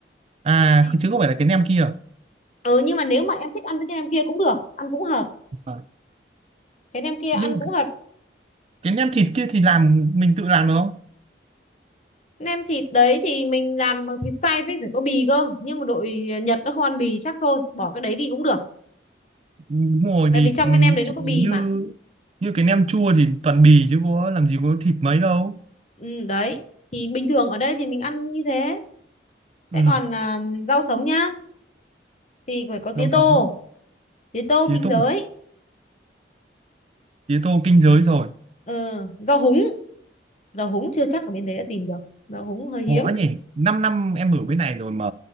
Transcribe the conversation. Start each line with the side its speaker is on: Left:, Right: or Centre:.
Right: à
Left: chỉ
Right: chứ không phải là cái nem kia
Left: ừ nhưng mà nếu mà em thích ăn với cái nem kia cũng được ăn cũng hợp
Right: Ờ.
Left: cái nem kia
Right: nhưng
Left: ăn cũng
Right: mà
Left: hợp
Right: cái nem thịt kia thì làm mình tự làm được không
Left: nem thịt đấy thì mình làm bằng thịt xay với phải có bì cơ nhưng mà đội Nhật nó không ăn bì chắc thôi bỏ cái đấy đi cũng được
Right: đúng rồi
Left: tại
Right: vì
Left: vì trong
Right: ừ,
Left: cái nem đấy
Right: chị
Left: nó có
Right: như
Left: bì mà
Right: như cái nem chua thì toàn bì chứ có làm gì có thịt mấy đâu
Left: ừ, đấy thì bình thường ở đây thì mình ăn như thế
Right: ừ
Left: thế còn à, rau sống nhá thì phải có tía
Right: rau
Left: tô
Right: sống
Left: tía tô
Right: tía
Left: kinh
Right: tô
Left: giới
Right: tía tô kinh giới rồi
Left: ừ, rau húng rau húng chưa chắc ở bên đấy đã tìm được rau húng hơi hiếm
Right: khó nhỉ 5 năm em ở bên này rồi mà